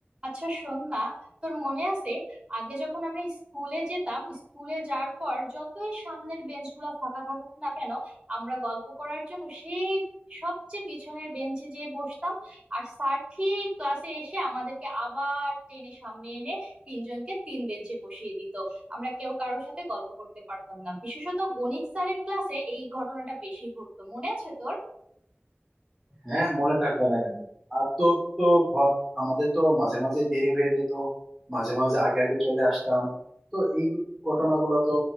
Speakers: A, on the right (about 20°); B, in the centre.
A: আচ্ছা শোন না তোর মনে আছে আগে যখন আমরা স্কুলে যেতাম স্কুলে যাওয়ার পর যতই সামনের বেঞ্চগুলো ফাঁকা থাকুক না কেন আমরা গল্প করার জন্য সেই সবচেয়ে পিছনের বেঞ্চে যেয়ে বসতাম আর স্যার ঠিক ক্লাসে এসে আমাদেরকে আবার টেনে সামনে এনে তিনজনকে তিন বেঞ্চে বসিয়ে দিত আমরা কেউ কারোর সাথে গল্প করতে পারতাম না বিশেষত গণিত স্যারের ক্লাসে এই ঘটনাটা বেশি ঘটতো মনে আছে তোর
B: হ্যাঁ মনে থাকবে না কেন আর তোর তো ভাব আমাদের তো মাঝে মাঝে দেরি হয়ে যেত মাঝে মাঝে আগে আগে চলে আসতাম তো এই ঘটনাগুলো তো